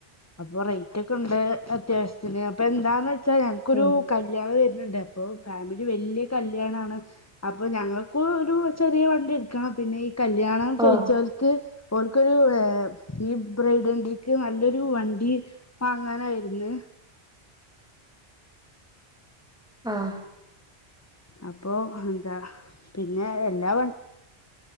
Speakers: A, on the left (about 15°); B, in the centre.
A: അപ്പൊ റേറ്റ് ഒക്കേണ്ട് അത്യാവശ്യ ചെലെപ്പം എന്താന്ന് വച്ച ഞങ്ങക്ക് ഒരു
B: ഉം
A: കല്യാണം വര്ന്ണ്ട് അപ്പൊ ഫാമിലിയില് വല്ല്യ കല്യാണാണ് അപ്പൊ ഞങ്ങക്കും ഒരു ചെറിയ വണ്ടി എടുക്കണം പിന്നെ ഈ കല്യാണം ചോയ്ച്ചോൽക്ക്
B: ആഹ്
A: ഓല്കൊരു ഏഹ് ഈ ബ്രയ്ഡ് വണ്ടിക്ക് നല്ലൊരു വണ്ടി വാങ്ങാനാ വരുന്നെ
B: ആഹ്
A: അപ്പൊ എന്താ പിന്നെ എല്ലാ വ